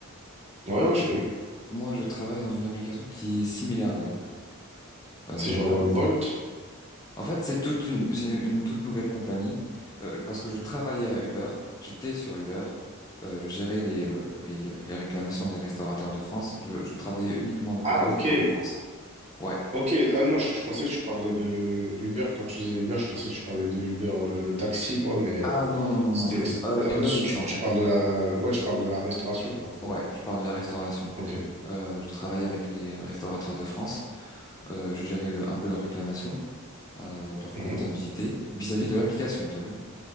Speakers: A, on the right (about 30°); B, on the left (about 15°).
A: Ouais, ouais, je connais.
B: Moi, je travaille dans une application qui est similaire à Uber. Euh,
A: C'est genre
B: en fait,
A: euh, Bolt.
B: En fait, c'est toute une, c'est une toute nouvelle compagnie euh, parce que je travaillais à Uber, j'étais sur Uber, euh, je gérais les, euh, les, euh, les réclamations des restaurateurs de France. Je, je travaillais uniquement avec
A: Ah,
B: les restaurants
A: ok.
B: de France. Ouais.
A: Ok, ah non, je, je pensais que tu parlais de Uber. Quand tu disais Uber, je pensais que tu parlais de Uber, euh, le taxi, quoi, mais euh,
B: Ah non, non, non,
A: c'était,
B: non. je-
A: c'est-
B: euh, Uber
A: ah, tu,
B: Eats
A: tu,
B: en
A: tu
B: fait.
A: parles de la... Ouais, tu parles de la restauration, quoi.
B: Ouais, je parle de la restauration.
A: Ok.
B: Euh, je travaillais avec les euh, restaurateurs de France. Euh, je gérais le, un peu leurs réclamations, euh, leur
A: Mhm.
B: comptabilité vis-à-vis de l'application, t'as vu?